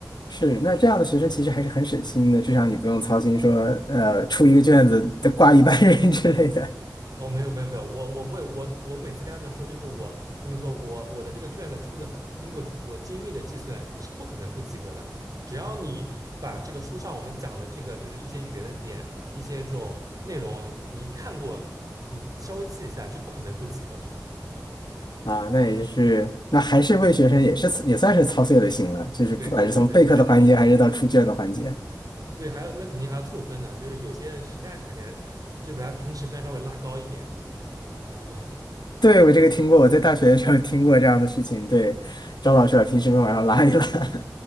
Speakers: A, on the left; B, on the right.
A: 是，那这样的学生其实还是很省心的，至少你不用操心说，呃，出一个卷子得挂一班人 <laughs> 之类的
B: 哦，没有没有没有，我我不会，我我每次跟他们说，就是我，他们说我我的这个卷子出的，经过我精密的计算，你是不可能不及格的。只要你把这个书上我们讲的这个，就是一些语言的点，一些这种内容，你看过，你稍微记一下，就不可能不及格。嗯，
A: 啊。那也就是，那还是为学生也是也算是操碎了心了，就是不管是从备课的环节还是到出卷的环节。
B: 对对对对对，那肯定，对，还有那肯定还要凑分呢，就是有些实在是感觉就把他平时分稍微拉高一点，嗯，然后
A: 对，我这个听过，我在大学的时候听过这样的事情。对，
B: <laughs>
A: 张老师把平时分往上拉一拉。<laughs>